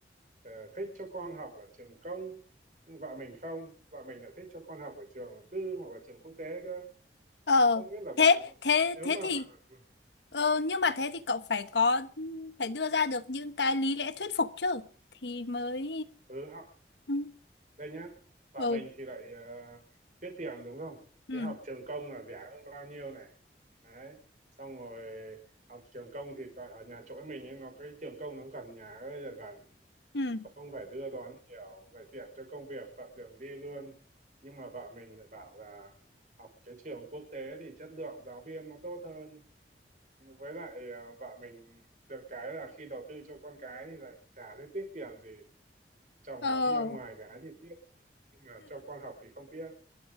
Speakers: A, on the right (about 45°); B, on the left (about 75°).
A: ờ, thích cho con học ở trường công vợ mình không vợ mình lại thích cho con học ở trường tư hoặc là trường quốc tế cơ
B: ờ
A: không biết là bạn
B: thế thế
A: nếu
B: thế
A: mà
B: thì
A: bạn ừ,
B: ờ, nhưng mà thế thì cậu phải có phải đưa ra được những cái lý lẽ thuyết phục chứ thì mới
A: ừ, họ
B: ừ
A: đây nhá vợ
B: ừ
A: mình thì lại uh, tiếc tiền đúng không
B: ừ
A: thế học trường công là rẻ hơn bao nhiêu này đấy xong rồi học trường công thì còn ở nhà chỗ mình ấy nó cái trường công nó gần nhà ấy là gần
B: ừ.
A: thì không phải đưa đón nhiều lại tiện cho công việc thuận đường đi luôn nhưng mà vợ mình lại bảo là học cái trường quốc tế thì chất lượng giáo viên nó tốt hơn với lại à, vợ mình được cái là khi đầu tư cho con cái thì lại chả thấy tiếc tiền gì chồng
B: ờ
A: bảo đi ăn ngoài cái thì tiếc nhưng mà cho con học thì không tiếc